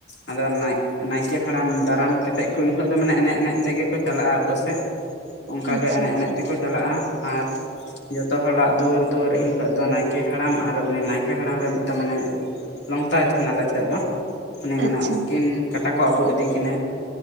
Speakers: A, on the left; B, on the right.
A: ᱟᱫᱚ ᱱᱟᱭ ᱱᱟᱭᱠᱮ ᱦᱟᱲᱟᱢ ᱫᱟᱨᱟᱢ ᱠᱮᱛᱮᱜ ᱩᱱ ᱦᱤᱞᱳᱜ ᱫᱚ ᱢᱟᱱᱮ ᱮᱱᱮᱡ ᱮᱱᱮᱡ ᱛᱮᱜᱮ ᱠᱚ ᱪᱟᱞᱟᱜ-ᱟ ᱟᱛᱳ ᱥᱮᱫ, ᱚᱱᱠᱟᱜᱮ
B: ᱟᱪᱪᱷᱟ
A: ᱮᱱᱮᱡ ᱮᱱᱮᱡ
B: ᱟᱪᱪᱷᱟ
A: ᱛᱮᱠᱚ ᱪᱟᱞᱟᱜ-ᱟ᱾ ᱟᱨ ᱡᱚᱛᱚ ᱦᱚᱲᱟᱜ ᱫᱩᱣᱟᱹᱨ ᱫᱩᱣᱟᱹᱨ ᱮᱱᱦᱤᱞᱳ ᱫᱚ ᱱᱟᱭᱠᱮ ᱦᱟᱲᱟᱢ ᱟᱨ ᱩᱱᱤ ᱱᱟᱭ ᱠᱮ ᱦᱟᱲᱟᱢ ᱨᱮ ᱢᱤᱫᱴᱟᱝ ᱢᱟᱱᱮ ᱞᱚᱝᱛᱟᱭ ᱛᱟᱦᱮᱱᱟ ᱟᱞᱮ ᱴᱷᱮᱱ ᱫᱚ, ᱩᱱᱤ
B: ᱟᱪᱪᱷᱟ
A: ᱢᱟᱱᱮ ᱩᱱᱠᱤᱱ ᱠᱟᱴᱟ ᱠᱚ ᱟᱵᱩᱜ ᱤᱫᱤᱠᱤᱱᱟ᱾